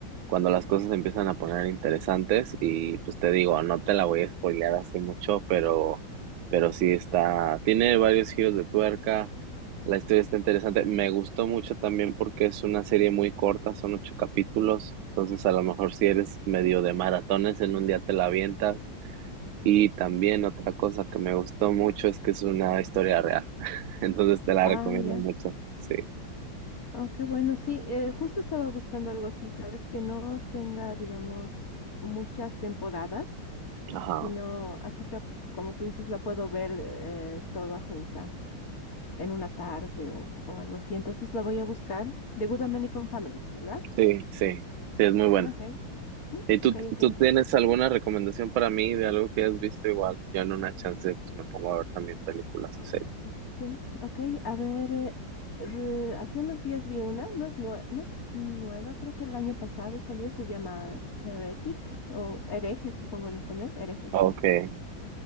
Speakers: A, on the right; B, on the left.
A: cuando las cosas se empiezan a poner interesantes y pues te digo, no te la voy a spoilear hace mucho, pero, pero sí está, tiene varios giros de tuerca, la historia está interesante, me gustó mucho también porque es una serie muy corta, son ocho capítulos, entonces a lo mejor si eres medio de maratones en un día te la avientas. Y también otra cosa que me gustó mucho es que es una historia real. <laughs> Entonces te la
B: Ah,
A: recomiendo
B: ya.
A: mucho. Sí.
B: Ah, qué bueno, sí, eh, justo estaba buscando algo así, sabes, que no tenga, digamos, muchas temporadas,
A: Ajá.
B: sino así que, como tú dices, la puedo ver eh, toda junta. en una tarde o, o algo así. Entonces la voy a buscar. The Good American Family, ¿verdad?
A: Sí, sí. Sí, es muy buena.
B: Ok. Mm,
A: ¿Y tú,
B: Ok, ok.
A: tú tienes alguna recomendación para mí de algo que has visto igual? Yo en una chance pues me pongo a ver también películas
B: Mm,
A: o series.
B: Sí, ok. A ver, eh, re- hace unos días vi una, no es, nue- no es nueva, creo que el año pasado salió, se llama Heretic o Hereje, supongo en español, Hereje, sí.
A: Okay.